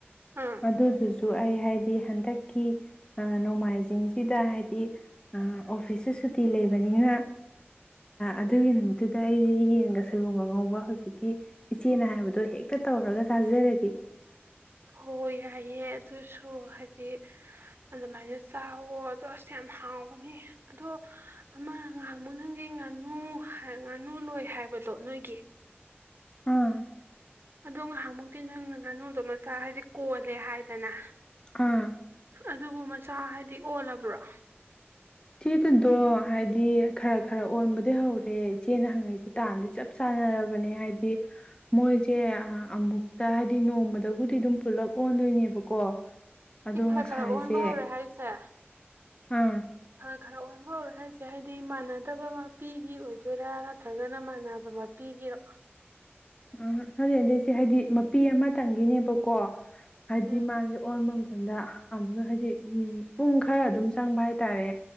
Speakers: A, on the right; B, on the left.
A: ꯑꯥ
B: ꯑꯗ ꯑꯗꯨ ꯁꯨ ꯑꯩ ꯍꯥꯏꯗꯤ ꯍꯟꯗꯛꯀꯤ ꯅꯣꯡꯃꯥꯏꯖꯤꯡꯁꯤ ꯑꯣꯐꯤꯁꯇ ꯁꯨꯇꯤ ꯂꯩꯕꯅꯤꯅ ꯑꯗꯨꯒꯤ ꯅꯨꯃꯤꯠꯇꯨꯗ ꯑꯩꯁꯦ ꯌꯦꯟꯒ ꯁꯣꯏꯕꯨꯝꯒ ꯉꯧꯕ ꯍꯧꯖꯤꯛꯀꯤ ꯏꯆꯦꯅ ꯍꯥꯏꯕꯗꯣ ꯍꯦꯛꯇ ꯇꯧꯔꯒ ꯆꯥꯖꯔꯒꯦ
A: ꯍꯣꯏ ꯌꯥꯏꯌꯦꯦ ꯑꯗꯨꯁꯨ ꯍꯥꯏꯗꯤ ꯑꯗꯨꯃꯥꯏꯅ ꯆꯥꯎꯋꯣ ꯑꯗꯣ ꯑꯁ ꯌꯥꯝ ꯍꯥꯎꯕꯅꯤ ꯑꯗꯣ ꯑꯃ ꯉꯍꯥꯡꯃꯨ ꯅꯪꯒꯤ ꯉꯥꯅꯨ ꯉꯥꯅꯨ ꯂꯣꯏ ꯍꯥꯏꯕꯗꯣ ꯅꯣꯏꯒꯤ
B: ꯎꯝ
A: ꯑꯗꯣ ꯉꯥꯏꯍꯥꯛꯃꯨꯛꯇꯤ ꯅꯣꯏꯅ ꯉꯥꯅꯣꯗꯣ ꯃꯆꯥ ꯍꯥꯏꯗꯤ ꯀꯣꯜꯂꯦ ꯍꯥꯏꯗꯅ
B: ꯑꯥ
A: ꯑꯗꯨꯕꯨ ꯃꯆꯥ ꯍꯥꯏꯗꯤ ꯑꯣꯂꯕ꯭ꯔꯣ
B: ꯆꯦꯗꯨꯗꯣ ꯍꯥꯏꯗꯤ ꯈꯔ ꯈꯔ ꯑꯣꯟꯕꯗꯤ ꯍꯧꯔꯦ ꯏꯆꯦꯅ ꯍꯪꯉꯛꯏꯁꯦ ꯇꯥꯟ ꯗꯤ ꯆꯞ ꯆꯥꯟꯅꯔꯕꯅꯦ ꯍꯥꯏꯗꯤ ꯃꯣꯏꯁꯦ ꯑꯃꯨꯛꯇ ꯍꯥꯏꯗꯤ ꯅꯣꯡꯃꯗꯕꯨꯗꯤ ꯑꯗꯨꯝ ꯄꯨꯂꯞ ꯑꯣꯟꯗꯣꯏꯅꯦꯕꯀꯣ
A: ꯍꯥꯏꯗꯤ
B: ꯑꯗꯣ
A: ꯈꯔ
B: ꯉꯁꯥꯏꯁꯦ
A: ꯈꯔ ꯑꯣꯟꯕ ꯍꯧꯔꯦ ꯍꯥꯏꯁꯦ
B: ꯑꯥ
A: ꯈꯔ ꯈꯔ ꯑꯣꯟꯕ ꯍꯧꯔꯦ ꯍꯥꯏꯁꯦ ꯍꯥꯏꯗꯤ ꯃꯥꯟꯅꯗꯕ ꯃꯄꯤꯒꯤ ꯑꯣꯏꯗꯣꯏꯔꯥ ꯅꯠꯇ꯭ꯔꯒꯅ ꯃꯥꯟꯅꯕ ꯃ ꯄꯤꯒꯤꯔꯣ
B: ꯎꯝ ꯍꯖꯤꯛ ꯑꯗꯩꯁꯦ ꯍꯥꯏꯗꯤ ꯃꯄꯤ ꯑꯃꯇꯪꯒꯤꯅꯦꯕꯀꯣ ꯍꯥꯏꯗꯤ
A: ꯎꯝ
B: ꯃꯥꯦ ꯑꯣꯟ ꯗ ꯑꯃꯨꯛꯀ ꯍꯥꯏꯗꯤ ꯎ ꯄꯨꯡ ꯈꯔ ꯑꯗꯨꯝ ꯆꯪꯕ ꯍꯥꯏꯇꯥꯔꯦ